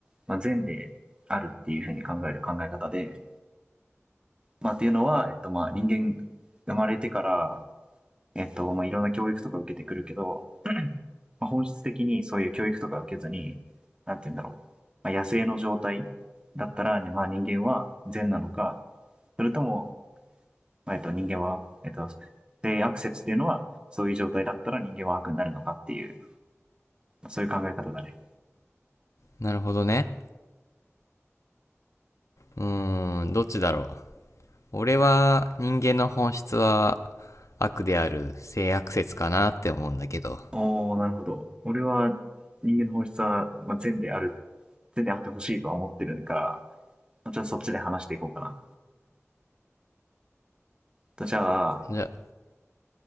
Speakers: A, on the right; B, on the left.
A: まあ、善であるっていうふうに考える考え方で、まあ、っていうのは、えっと、まあ、人間生まれてから、えっと、まあ、いろんな教育とか受けてくるけど、まあ、本質的にそういう教育とか受けずに、なんて言うんだろう。まあ、野生の状態だったら、ね、まあ、人間は善なのか、それともえっと、人間は、えっと、性悪説っていうのは、そういう状態だったら人間は悪になるのかっていう、そういう考え方だね。
B: なるほどね。うーん、どっちだろう。俺は人間の本質は悪である性悪説かなって思うんだけど。
A: おー、なるほど。俺は人間の本質は、まあ、善である、善であってほしいとは思ってるから、じゃあそっちで話していこうかな。とじゃあ、
B: じゃ、